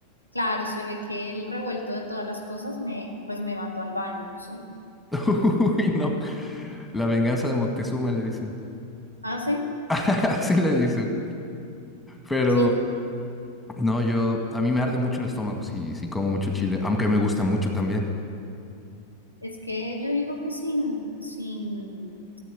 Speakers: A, on the right; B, in the centre.
A: claro, se ve que el revuelto de todas las cosas me, pues me mandó al baño, sí.
B: <laughs> Uy, no. La venganza de Moctezuma le dicen.
A: Ah, sí,
B: <laughs> Así le dicen. Pero
A: sí.
B: no, yo, a mí me arde mucho el estómago si, si como mucho chile, aunque me gusta mucho también.
A: Es que yo digo que sin, sin,